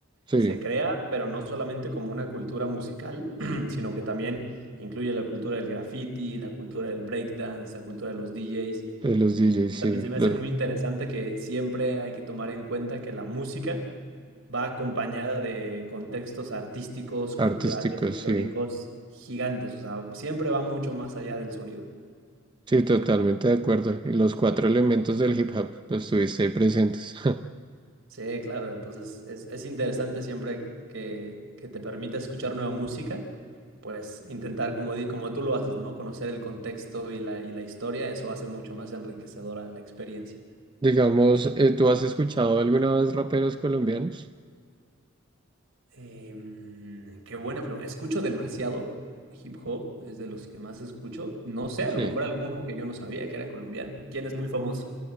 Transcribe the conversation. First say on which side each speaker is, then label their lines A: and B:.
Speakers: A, on the right; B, on the right.
A: Sí.
B: se crea, pero no solamente como una cultura musical, <clears throat> sino que también incluye la cultura del graffiti, la cultura del breakdance, la cultura de los DJs.
A: De los DJs, sí.
B: También se me
A: Los
B: hace muy interesante que siempre hay que tomar en cuenta que la música va acompañada de contextos artísticos,
A: artísticos,
B: culturales, históricos
A: sí.
B: gigantes, o sea, siempre va mucho más allá del sonido.
A: Sí, totalmente de acuerdo. Y los cuatro elementos del hip hop los tuviste ahí presentes.
B: Sí, claro, entonces es, es interesante siempre que, que te permita escuchar nueva música, pues intentar, como, di- como tú lo haces, ¿no? Conocer el contexto y la, y la historia, eso hace mucho más enriquecedora la experiencia.
A: <laughs> Digamos, eh, ¿tú has escuchado alguna vez raperos colombianos?
B: Em, qué buena pregunta. Escucho demasiado hip hop, es de los que más escucho. No sé, a
A: Sí.
B: lo mejor alguno que yo no sabía que era colombiano. ¿Quién es muy famoso?